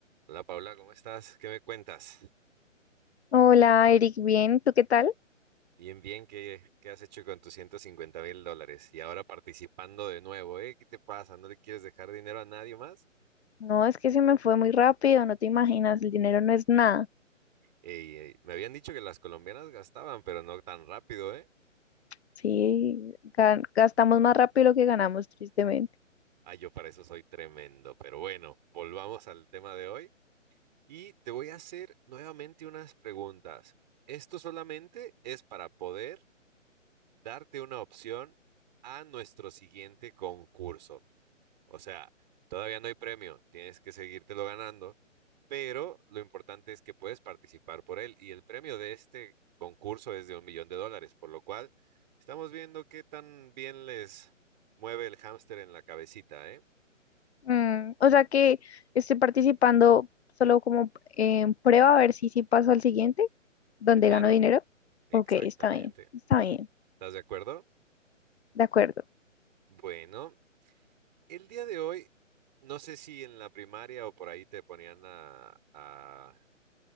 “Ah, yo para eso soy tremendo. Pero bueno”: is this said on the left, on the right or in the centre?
Right